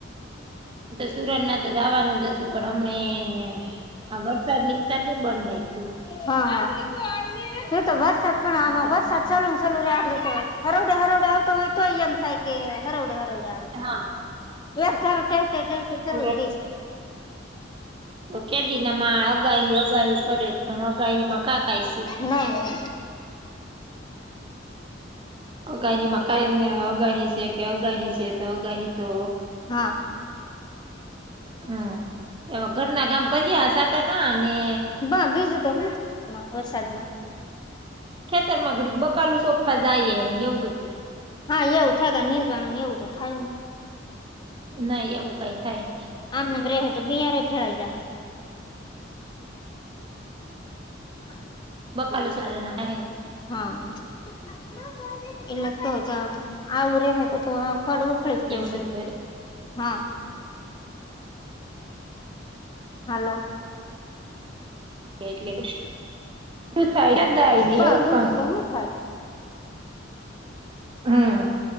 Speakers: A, on the right (about 25°); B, on the left (about 25°).
A: સુરનના તો જવાનું જ હતું. પણ હમને, આ વરસાદની હિસાબે બંધ રાખું.
B: હા હા એ તો વરસાદ પણ, આમાં
A: નકર
B: વરસાદ
A: તો ના
B: ચાલુ... ચાલો રગડે તો હરવડે હરવડે આવતો હોય, તો એમ થાય કે, હરોવડે હરોવડે આવ.
A: હા.
B: એક તારો ટે ટે ટે ચાલે
A: સરસ
B: રે
A: તો કેદીના મા અગાહી અગાહી કરે પણ, અગાહી માં કા કાય સે.
B: નય નય
A: અગાહી માં કઈ ને અગાહી છે કે, અગાહી છે, તો અગાહી તો?
B: હા...
A: હમ્મ એવા ઘરના કામ કરીએ સાટાના અને..
B: બ બીજું તો હું વરસાદના...
A: ખેતરમા ઘડી બકાલું સોફા જાયને, એવું બધયે
B: હા, એવું થાય કે, નીંદવાનુંને એવું, તો થાય ની.
A: નઈ એવું કઈ થાય ની.
B: આમ નામ રહે તો, બિયાર ફેળઈ જાહે <inaudible>
A: બખાલું છાલના એહે
B: હા એટલે કે, તો આવું રહે તો તો આવું. હડગું ખસ પડશ
A: એમ બધું
B: હા હાલો
A: એટલે <unintelligible> ને
B: બ
A: એવું
B: બીજું
A: કામ
B: તો હું થાય
A: હમ્મ